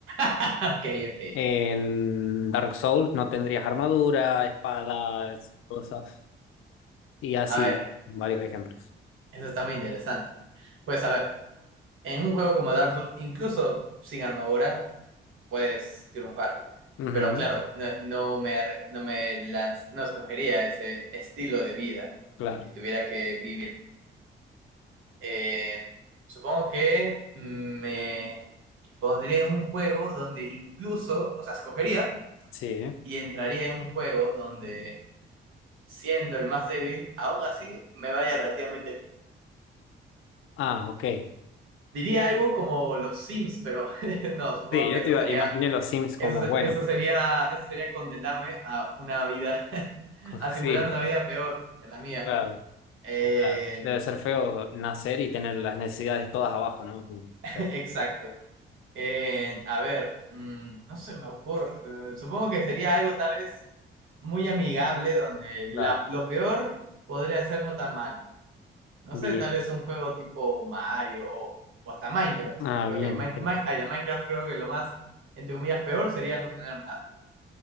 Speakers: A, on the right (about 80°); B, on the left (about 80°).
A: <laughs> Ok, ok.
B: En Dark Souls no tendrías armadura, espadas, cosas. Y así,
A: A ver,
B: varios ejemplos.
A: eso está muy interesante. Pues a ver, en un juego como Dark Souls, incluso sin armadura, puedes triunfar.
B: Ujú,
A: Pero claro, no, no me, arre- no me lanz- no escogería ese estilo de vida
B: claro,
A: si tuviera que vivir. Eh, supongo que me pondría en un juego donde incluso, o sea, escogería
B: sí.
A: y entraría en un juego donde, siendo el más débil, aún así me vaya relativamente bien.
B: Ah, ok. Eh,
A: Diría algo como los Sims, pero <laughs> no, supongo
B: sí, yo
A: que eso
B: te iba,
A: sería,
B: imaginé los Sims como,
A: eso,
B: bueno,
A: eso sería, eso sería condenarme a una vida, <laughs>
B: <laughs>
A: a simular
B: sí,
A: una vida peor que la mía.
B: claro.
A: Eh,
B: O sea, debe ser feo nacer y tener las necesidades todas abajo, ¿no? Como
A: <laughs>
B: feo.
A: exacto. Eh, a ver, mm, no se me ocurre. eh, supongo que sería algo tal vez muy amigable donde
B: Claro.
A: la, lo peor podría ser no tan mal No
B: Bien.
A: sé, tal vez un juego tipo Mario o, o hasta Minecraft.
B: Ah,
A: Creo
B: bien,
A: que Min-
B: ok.
A: Mi- ay, de Minecraft creo que lo más, entre comillas, peor sería no tener nada.